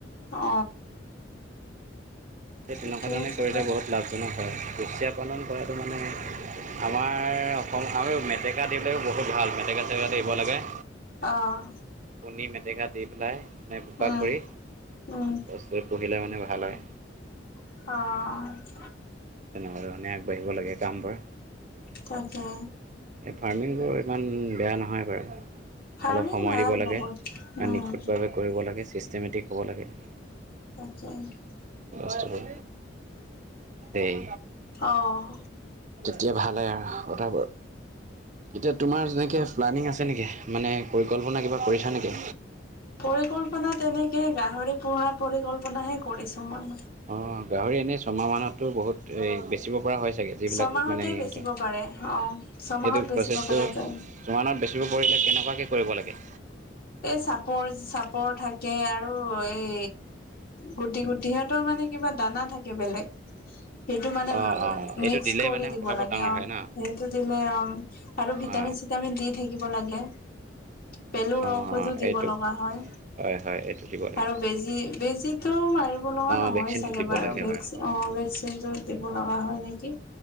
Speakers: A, on the left (about 55°); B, on the right (about 40°).
A: অ।
B: সেই
A: ঠিকে
B: তেনেকুৱা ধৰণে
A: আছে
B: কৰিলে
A: বাৰু
B: বহুত লাভজনক হয় কুচীয়া পালন কৰাটো মানে আমাৰ অসম আৰু মেটেকা দিলেও বহুত ভাল মেটেকা চেটেকা দিব লাগে
A: অহ
B: কণী মেটেকা দি পেলাই মানে বোকা
A: উম
B: কৰি
A: উম
B: বস্তু পুহিলে মানে ভাল হয়
A: অহ'।
B: তেনেকুৱা ধৰণে আগবাঢ়িব লাগে কামবোৰ
A: তাকে
B: এই ফাৰ্মিংবোৰ ইমান বেয়া নহয় বাৰু।
A: ফাৰ্মিং
B: অলপ সময়
A: ভাল
B: দিব লাগে
A: বহুত
B: এ
A: উম
B: নিখুঁতভাৱে কৰিব লাগে চিষ্টেমেটিক হ'ব লাগে।
A: <inaudible>
B: লষ্ট হ'ল তেই।
A: অ
B: তেতিয়া ভাল হয় আৰু কথাবোৰ। এতিয়া তোমাৰ যেনেকে প্লানিং আছে নেকি মানে পৰিকল্পনা কিবা কৰিছা নেকি?
A: পৰিকল্পনাত তেনেকে গাহৰি পোহা পৰিকল্পনাহে কৰিছো মই।
B: অ', গাহৰি এনে ছমাহ মানতো বহুত এ বেছিব পৰা হৈ থাকে যিবিলাক
A: ছমাহতে
B: মানে সিহঁতৰ
A: বেচিব
B: এইটো
A: পাৰে অ ছমাহত বেচিব
B: প্ৰচেছটো
A: পৰা
B: <unintelligible>
A: যায়।
B: বেছিব পৰিলে কেনেকুৱাকৈ কৰিব লাগে?
A: এই চাপৰ চাপৰ থাকে আৰু এই গুটি গুটি সিহঁতৰ মানে কিবা দানা থাকে বেলেগ। সেইটো মানে
B: অ অ এইটো
A: মিক্স
B: দিলেই
A: কৰি
B: মানে
A: দিব
B: পতাপত
A: লাগে
B: ডাঙৰ
A: অ'
B: হয় ন
A: সেইটো দিলে অ'। আৰু ভিটামিন
B: অ
A: চিটামিন দি থাকিব লাগে। পেলুৰো
B: অ
A: সেইটোও দিব
B: এইটো
A: লগা হয়।
B: হয় হয় এইটো দিব লাগিব
A: আৰু বেজি বেজিটো মাৰিব লগা
B: অ
A: নহয়
B: ভেকচিনটো
A: চাগে
B: দিব
A: বাৰু
B: লাগে হ'ব
A: অ', ভেকচিনটো দিব লগা হয় নেকি।